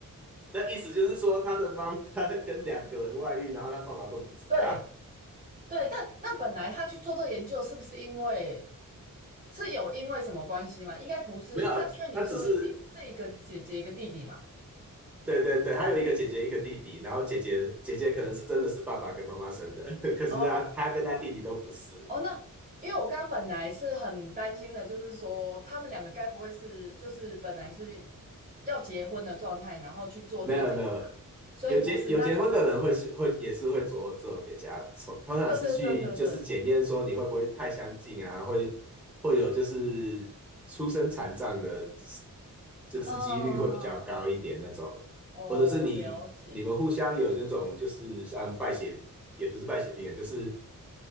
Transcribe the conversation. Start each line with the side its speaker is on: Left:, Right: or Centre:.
Centre: 那意思就是说，他的妈妈 <laughs> 跟两个人外遇，然后他爸爸都不知道。
Right: 对对，但那本来他去做这个研究，是不是因为是有因为什么关系吗？应该不是，
Centre: 没有，
Right: 他因为你说一是一个姐姐一个弟弟嘛。
Centre: 他只是对对对，他有一个姐姐，一个弟弟，然后姐姐姐姐可能是真的是爸爸跟妈妈生的，<laughs> 可是他他跟他弟弟都不是。
Right: 哦哦，那因为我刚刚本来是很担心的，就是说他们两个该不会是就是本来是要结婚的状态，然后去做这个检查，
Centre: 没有没有，
Right: 所以不是，
Centre: 有结有结婚的人会是会也是会做这种检查，
Right: 那就还好。
Centre: 从通常是去就是检验说你会不会太相近啊，
Right: 对对对对对。
Centre: 会会有就是出生残障的，就是几率会比较高一点那种，
Right: 嗯，嗯嗯哦，
Centre: 或者是你你们互相有那种就是像败血也不是败血病啊，
Right: 了解，
Centre: 就是